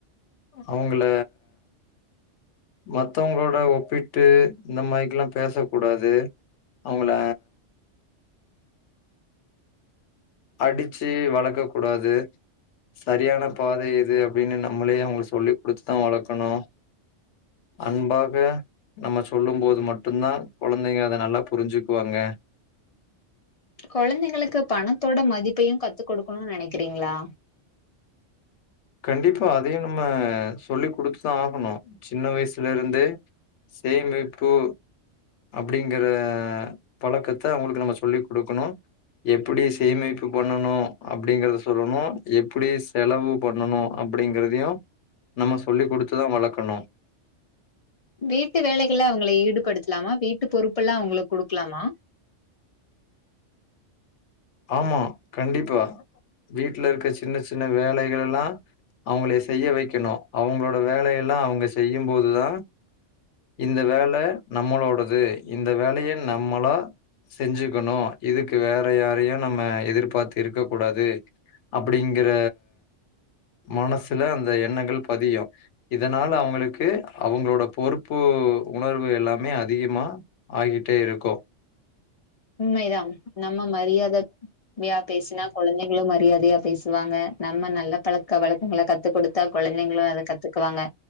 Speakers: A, on the left; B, on the left.
A: அவுங்கள மத்தவங்களோட ஒப்பி ட்டு இந்த மாரிக்கெல்லா பேசக்கூடாது அவுங்கள அடிச்சு வளக்க கூடாது சரியான பாதை எது அப்டின்னு நம்மளே அவுங்கள சொல்லி குடுத்து தா வளக்கணு அன்பாக நம்ம சொல்லும் போது மட்டுந்தா குழந்தைக அத நல்லா புரிஞ்சுக்வாங்க
B: கொழந்தைங்களுக்கு பணத்தோட மதிப்பையு கத்து கொடுக்கணுன்னு நெனைக்கிறீங்களா
A: கண்டிப்பா அதையு நம்ம சொல்லி குடுத்து தா ஆகணு சின்ன வயசுல இருந்தே சேமிப்பு அப்டிங்கற பழக்கத்த அவுங்களுக்கு நம்ம சொல்லி குடுக்கணு எப்டி சேமிப்பு பண்ணனு அப்டிங்கறத சொல்லணு எப்டி செலவு பண்ணனு அப்டிங்கறதையு நம்ம சொல்லி குடுத்து தா வளக்கணு
B: வீட்டு வேலைகள்லா அவுங்கள ஈடுபடுத்தலாமா வீட்டு பொறுப்பெல்லா அவுங்களுக் குடுக்குலாமா
A: ஆமா கண்டிப்பா வீட்ல இருக்க சின்ன சின்ன வேலைகள் எல்லா அவுங்களே செய்ய வைக்கணு அவுங்களோட வேலை எல்லா அவுங்க செய்யும் போது தா இந்த வேல நம்மளோடது இந்த வேலைய நம்மளா செஞ்சுக்கணு இதுக்கு வேற யாரையு நம்ம எதிர்பார்த்து இருக்க கூடாது அப்டிங்கிற மனசுல அந்த எண்ணங்கள் பதியு இதனால அவுங்களுக்கு அவுங்களோட பொறுப்பு உணர்வு எல்லாமே அதிகமா ஆகிட்டே இருக்கு
B: உண்மை தா நம்ம மரியாதப் மியா பேசுனா கொழந்தைங்களு மரியாதையா பேசுவாங்க நம்ம நல்ல பழக்க வழக்கங்கள கத்து கொடுத் தா கொழந்தைங்களு அத கத்துக்குவாங்க